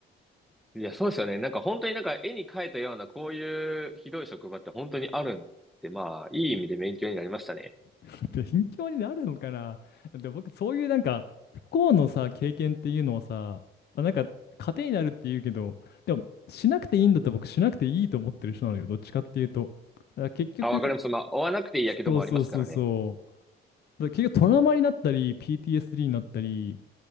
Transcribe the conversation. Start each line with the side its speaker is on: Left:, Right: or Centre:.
Centre: いや、そうですよね。なんか本当になんか絵に描いたようなこういうひどい職場って本当にあるんで、まあ、いい意味で勉強になりましたね。
Left: <laughs> で、貧乏になるのかなで、僕、そういうなんか、不幸のさ、経験っていうのをさ、まあ、なんか、糧になるっていうけど、でも、しなくていいんだったら僕、しなくていいと思ってる人なのよ。どっちかっていうと。だから結局、
Centre: あ、わかります。まあ、追わなくていいやけどもありますからね。
Left: そうそうそうそう。だから結局、トラウマになったり、PTSD になったり、